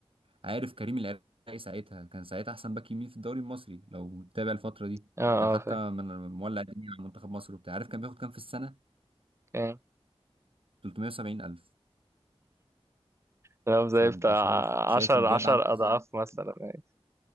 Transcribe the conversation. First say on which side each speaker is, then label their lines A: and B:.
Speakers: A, on the right (about 55°); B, on the right (about 25°).
A: عارف كريم العراقي ساعتها كان ساعتها احسن باك يمين في الدوري المصري لو متابع الفتره دي
B: اه
A: كان حتى
B: اه فاكر
A: من مولع الدنيا على منتخب مصر وبتاع عارف كان بياخد كام في السنه
B: كام؟
A: 370 الف
B: كلام
A: فانت
B: زي بتاع
A: شايف شايف
B: عشر
A: الجاب
B: عشر
A: عامله
B: أضعاف
A: ازاي
B: مثلا يعني